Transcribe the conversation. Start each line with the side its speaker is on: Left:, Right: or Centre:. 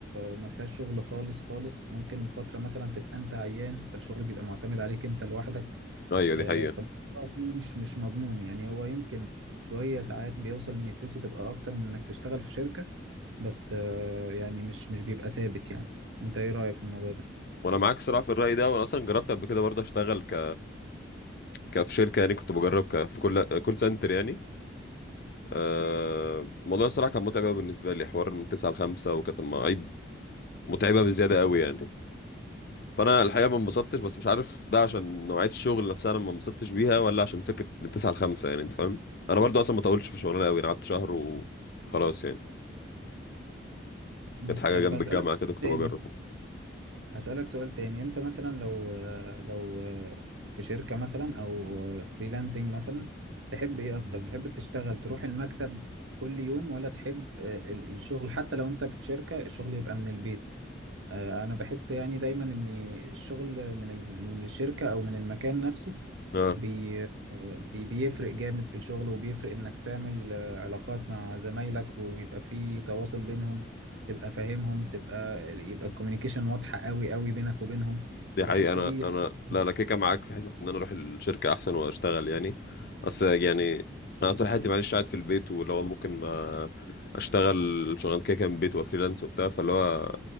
Right: ما فيهاش شغل خالص خالص ممكن فترة مثلا تبقى انت عيان فالشغل بيبقى معتمد عليك انت لوحدك
Left: ايوه
Right: آه
Left: دي حقيقة
Right: فالموضوع فيه مش مش مضمون يعني هو يمكن شوية ساعات بيوصل ان فلوسه تبقى اكتر من انك تشتغل في شركة بس آه يعني مش مش بيبقى ثابت يعني انت ايه رأيك في الموضوع ده
Left: وانا معاك صراحة في الرأي ده وانا اصلا جربت قبل كده برضه اشتغل ك كفي شركة يعني كنت بجرب ك... في كل كول سنتر يعني آه، الموضوع الصراحة كان متعب قوي بالنسبة لي حوار من 9 ل 5 وكانت المواعيد متعبة بزيادة قوي يعني فانا الحقيقه ما انبسطتش بس مش عارف ده عشان نوعيه الشغل نفسها انا ما انبسطتش بيها ولا عشان فكره من 9 ل 5 يعني انت فاهم انا برضو اصلا ما طولتش في الشغلانه قوي انا قعدت شهر وخلاص يعني
Right: مم.
Left: كانت حاجه
Right: طب
Left: جنب
Right: هسألك
Left: الجامعه كده كنت
Right: تاني
Left: بجرب
Right: أسألك سؤال تاني أنت مثلا لو لو في شركة مثلا أو فريلانسنج مثلا تحب إيه أكتر؟ مم. تحب تشتغل تروح المكتب كل يوم ولا تحب آه، ال- الشغل حتى لو أنت في شركة الشغل يبقى من البيت؟ آه، أنا بحس يعني دايما إن الشغل من ال- من الشركة أو من المكان نفسه
Left: اه
Right: بي بي- بيفرق جامد في الشغل وبيفرق انك تعمل آه، علاقات مع زمايلك ويبقى في تواصل بينهم تبقى فاهمهم تبقى يبقى الكوميونيكيشن واضحة قوي قوي بينك وبينهم
Left: دي
Right: فبحس
Left: حقيقه انا
Right: دي
Left: انا
Right: حاجة-
Left: لا انا كيكه معاك في حته ان انا اروح الشركه احسن واشتغل يعني بس يعني انا طول حياتي معلش قاعد في البيت ولو ممكن ما اشتغل شغلانه كيكه من البيت وفريلانس وبتاع فاللي هو